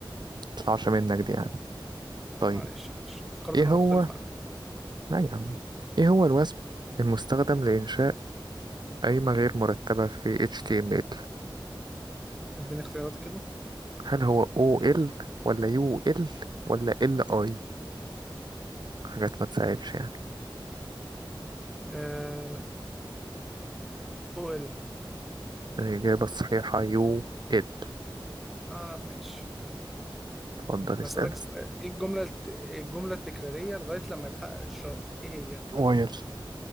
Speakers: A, on the right (about 55°); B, in the centre.
A: مطلعش منك دي يعني طيب
B: معلش معلش افتكرت
A: ايه
B: ان هو
A: هو
B: مختلف عندي
A: لا يا عم ايه هو الوثب المستخدم لإنشاء قايمة غير مرتبة في HTML
B: اديني اختيارات كده
A: هل هو OL ولا UL ولا LI حاجات ما تساعدش يعني
B: آه او ال
A: الإجابة الصحيحة يو إد
B: اه ماشي
A: اتفضل اسأل
B: هسألك سؤال ايه الجملة الت... إيه الجملة التكرارية لغاية لما يتحقق الشرط ايه هي
A: واير